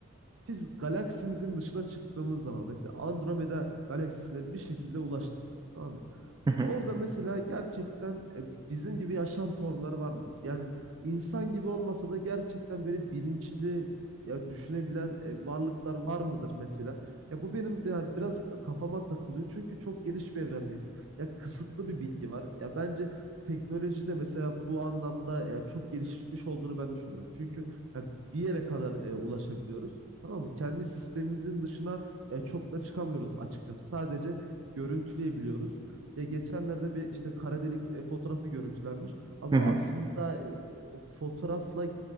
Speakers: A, on the right (about 70°); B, on the right (about 20°).
A: biz galaksimizin dışına çıktığımız zaman mesela Andromeda galaksisine bir şekilde ulaştık. Tamam mı?
B: hı hı,
A: Orada mesela gerçekten e, bizim gibi yaşam formları var mıdır? Yani insan gibi olmasa da gerçekten böyle bilinçli ya düşünebilen e, varlıklar var mıdır mesela? Ya bu benim ya biraz kafama takılıyor. Çünkü çok geniş bir evrendeyiz. Ya kısıtlı bir bilgi var. Ya bence teknoloji de mesela bu anlamda ya çok gelişmiş olduğunu ben düşünüyorum. Çünkü ya bir yere kadar e, ulaşabiliyoruz. Tamam mı? Kendi sistemimizin dışına e, çok da çıkamıyoruz açıkçası. Sadece görüntüleyebiliyoruz. Ya geçenlerde bir işte kara delik e, fotoğrafı görüntülenmiş ama
B: hı hı,
A: aslında e, o fotoğrafla e,